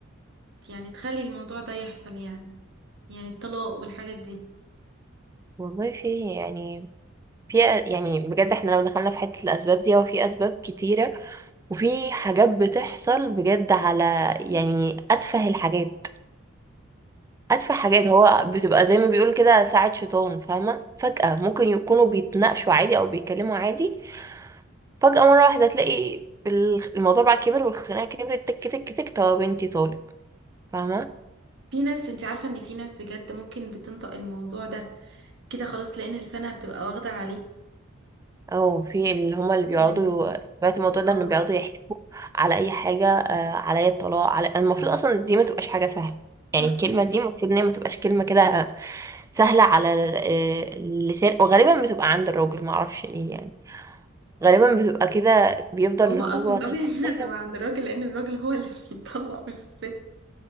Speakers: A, on the right; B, on the right.
A: يعني تخلي الموضوع ده يحصل يعني يعني الطلاق والحاجات دي
B: والله في يعني في يعني بجد احنا لو دخلنا في حتة الاسباب دي هو في اسباب كتيرة وفي حاجات بتحصل بجد على يعني أتفه الحاجات أتفه حاجات هو بتبقى زي ما بيقول كده ساعة شيطان فاهمة فجأة ممكن يكونوا بيتناقشوا عادي أو بيتكلموا عادي فجأة مرة واحدة تلاقي الخ- الموضوع بقى كبر والخناقة كبرت تك تك تك طب بنتي طالب فاهمة
A: في ناس انت عارفة ان في ناس بجد ممكن بتنطق الموضوع ده كده خلاص لان لسانها بتبقى واخدة عليه
B: او في اللي هما اللي بيقعدوا
A: يعني
B: سمعت الموضوع ده
A: او
B: انه بيقعدوا يحلفوا على اي حاجه آه، عليا الطلاق على المفروض اصلا دي ما تبقاش حاجه سهله
A: صح
B: يعني الكلمه دي المفروض ان هي ما تبقاش كلمه كده آه، سهله على ال- آه، اللسان وغالبا بتبقى عند الراجل ما اعرفش ليه يعني غالبا بتبقى كده بيفضل
A: هو
B: اللي هو
A: اصلا
B: طب
A: طبيعي <laughs> انها
B: عليا
A: تبقى عند الراجل لان الراجل هو اللي بيطلق مش الست